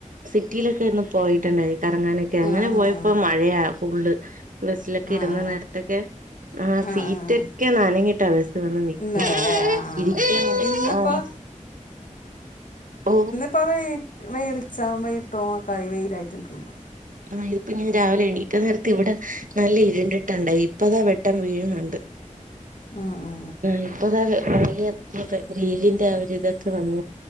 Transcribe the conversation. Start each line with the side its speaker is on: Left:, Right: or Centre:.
Right: സിറ്റിയിലൊക്കെ ഒന്ന് പോയിട്ടുണ്ടായി. കറങ്ങാനൊക്കെ അങ്ങനെ
Left: ആ ആ
Right: പോയപ്പോ മഴയാ ഫുള്ള് ബസ്സിലൊക്കെ
Left: ആ ആ
Right: ഇരുന്ന് നേരത്ത് തൊക്കെ ആഹ്
Left: ആ
Right: സീറ്റക്കെ
Left: ആ ആ ആ.
Right: നാനഞ്ഞിട്ട ബസ് വന്ന് നിക്ക
Left: ഇന്നലെ അല്ലേ ആ ആ
Right: ഇരിക്കആഹ്
Left: ആ. ഇന്നിപ്പോൾ
Right: ഇ ഓ
Left: അപ്പം വെയി വെയിലളിച്ചാമയത്തും കയിവെയിലായിട്ടുകുന്ന്
Right: ആ ഇതിപ്പോ ഞാൻ രാവിലെ എണീക്ക നേരത്തെ ഇവിടെ നല്ല ഇരുണ്ടിട്ടുണ്ടായി ഇപ്പതാ വെട്ടം വീഴുന്ന്ണ്ട് <unintelligible>
Left: ഉം ഉം.
Right: ഉം ഇപ്പൊതാ ഭ വെയിലിന്റെ ആവരു ഇതൊക്കെ വന്ന്